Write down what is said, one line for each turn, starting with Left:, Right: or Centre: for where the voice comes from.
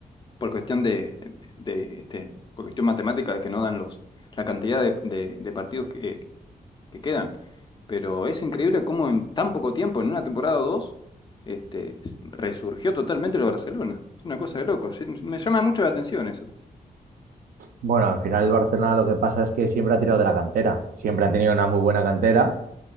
Left: por cuestión de, de, este, por cuestión matemática de que no dan los, la cantidad de, de- de partidos que, que quedan. Pero es increíble cómo en tan poco tiempo, en una temporada o dos, este, resurgió totalmente el Barcelona. Es una cosa de loco. Sí, Me llama mucho la atención eso.
Right: Bueno, al final el Barcelona lo que pasa es que siempre ha tirado de la cantera, siempre ha tenido una muy buena cantera